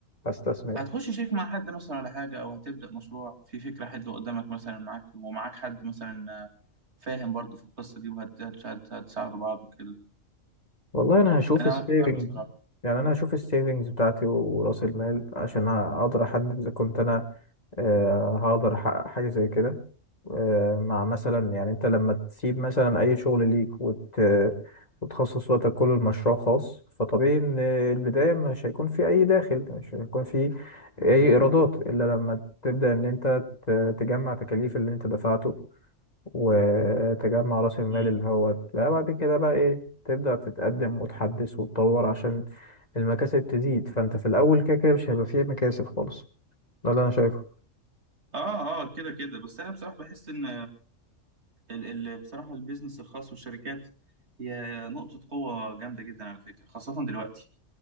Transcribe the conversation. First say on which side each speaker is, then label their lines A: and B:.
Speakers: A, on the left; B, on the right.
A: هستثمر
B: هتخش شريك مع حد مثلا ولا حاجة أو هتبدأ مشروع في فكرة حلوة قدامك مثلا معاك ومعاك حد مثلا فاهم برضو في القصة دي وهتساعدوا بعض وكده
A: والله انا هشوف
B: أنا
A: السيفنج
B: محتار بصراحة
A: يعني انا هشوف السيفنجز بتاعتي وراس المال عشان اقدر احدد اذا كنت انا آه، هقدر احقق حاجة زي كده آه، مع مثلا يعني انت لما تسيب مثلا اي شغل ليك وت... وتخصص وقتك كله لمشروع خاص فطبيعي ان البداية مش هيكون في اي داخل مش هيكون في اي ايرادات الا لما تبدأ ان انت ت- تجمع تكاليف اللي انت دفعته وتجمع راس المال
B: مم.
A: اللي هو لا بعد كده بقى ايه تبدأ تتقدم وتحدث وتطور عشان المكاسب تزيد فانت في الاول كده كده مش هيبقى فيه مكاسب خالص ده اللي انا شايفه
B: آه آه كده كده بس أنا بصراحة بحس إن ال- ال- بصراحة البيزنس الخاص والشركات هي نقطة قوة جامدة جدا على فكرة خاصة دلوقتي